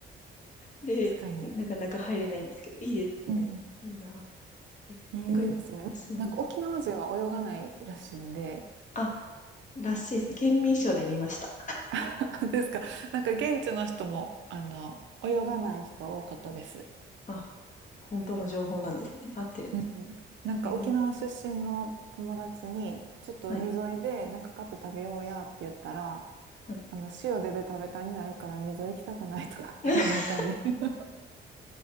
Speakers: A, on the left; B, on the right.
A: で、
B: 確かに。
A: なかなか入れないんですけど、いいですね。
B: うんう
A: いいな。え、
B: んいいですね。
A: 結構、そう、
B: なんか沖縄人は泳がないらしいんで、
A: あ、らしいですね。県民賞で見ました。
B: <laughs> ですか。なんか現地の人も、あの、泳がない人多かったです。
A: あ、本当の情報なんですね。合ってるんです。
B: うん。なんか沖縄出身の友達に、
A: へえ。
B: ちょっと海沿いでなんか買って食べようやって言ったら、
A: はい。はい。
B: あの、塩でベタベタになるから海沿い行きたくないとかって言われたり。
A: <laughs>
B: <laughs>